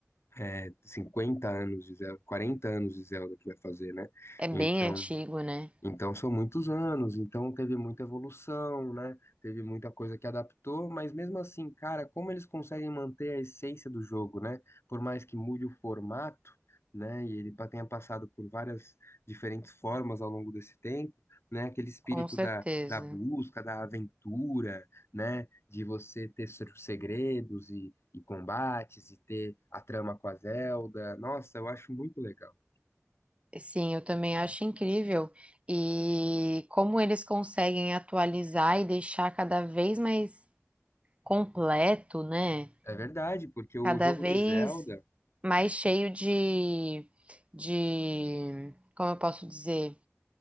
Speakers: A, on the left; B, on the right.
A: é, 50 anos de Zelda, 40 anos de Zelda que vai fazer, né?
B: É bem
A: Então,
B: antigo, né?
A: então são muitos anos, então teve muita evolução, né? Teve muita coisa que adaptou, mas mesmo assim, cara, como eles conseguem manter a essência do jogo, né? Por mais que mude o formato, né? E ele pa- tenha passado por várias diferentes formas ao longo desse tempo, né? Aquele espírito
B: Com certeza.
A: da, da busca, da aventura, né? De você ter se- segredos e, e combates e ter a trama com a Zelda. Nossa, eu acho muito legal.
B: Sim, eu também acho incrível. E como eles conseguem atualizar e deixar cada vez mais completo, né?
A: É verdade, porque o
B: cada
A: jogo
B: vez
A: de Zelda.
B: mais cheio de, de, como eu posso dizer,